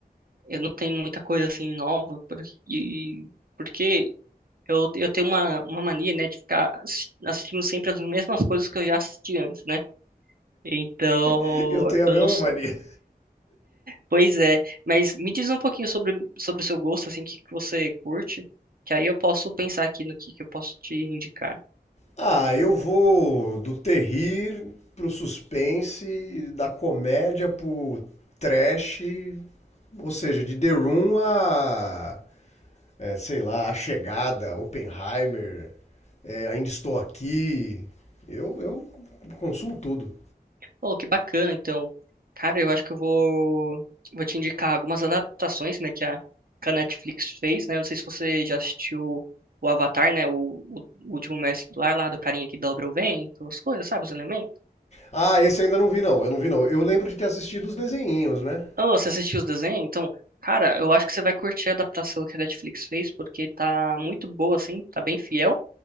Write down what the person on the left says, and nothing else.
<laughs> Eu tenho a
mesma
mania.
Ah, eu vou do terrir pro suspense, da comédia pro trash, ou seja, de The Room a é, sei lá, A Chegada, Oppenheimer, é, Ainda Estou Aqui. Eu, eu consumo tudo.
Ah, esse eu ainda não vi, não. Eu não vi, não. Eu lembro de ter assistido os desenhinhos, né?